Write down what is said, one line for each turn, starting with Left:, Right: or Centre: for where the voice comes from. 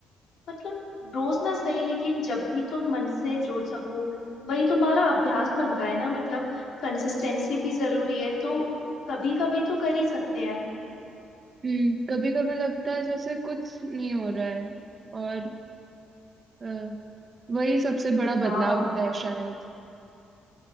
Left: मतलब रोज ना सही लेकिन जब भी तुम मन से जुड़ सको वही तुम्हारा अभ्यास बनता है ना मतलब कंसिस्टेंसी भी जरूरी है तो कभी कभी तो कर ही सकते हैं
Right: हम्म कभी कभी लगता है जैसे कुछ नहीं हो रहा है और अ, वही सबसे बड़ा
Left: हाँ
Right: बदलाव होता है शायद